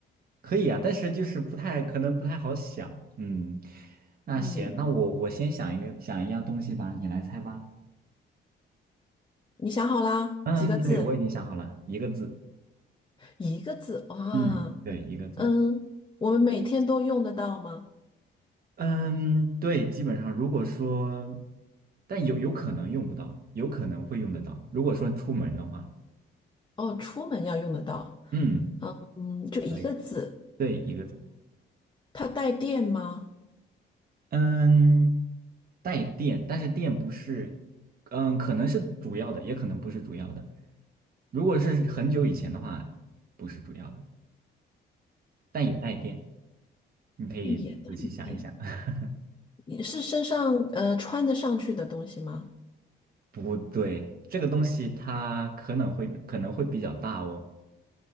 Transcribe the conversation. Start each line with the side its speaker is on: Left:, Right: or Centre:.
Right: 可以啊，但是就是不太可能不太好想。嗯，那行，
Left: 嗯，
Right: 那我我先想一个想一样东西吧，你来猜吧。
Left: 你想好啦？
Right: 嗯，
Left: 几个字？
Right: 对，我已经想好了，一个字。
Left: 一个字。哇，
Right: 嗯，对，一个字。
Left: 嗯，我们每天都用得到吗？
Right: 嗯，对，基本上如果说，但有有可能用不到，有可能会用得到。如果说出门的话，
Left: 哦，出门要用得到。
Right: 嗯，
Left: 嗯，就一个字。
Right: 对对，一个字。
Left: 它带电吗？
Right: 嗯，带电，但是电不是，嗯，可能是主要的，也可能不是主要的。如果是很久以前的话，不是主要的，但也带电。你可以仔细想一想。
Left: 也带电。
Right: <laughs>
Left: 你是身上呃穿得上去的东西吗？
Right: 不对，这个东西它可能会可能会比较大哦。